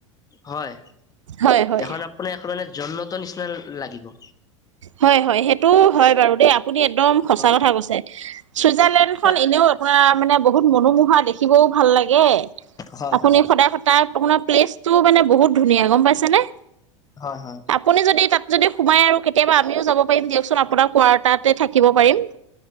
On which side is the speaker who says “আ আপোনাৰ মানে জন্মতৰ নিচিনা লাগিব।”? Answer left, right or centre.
Left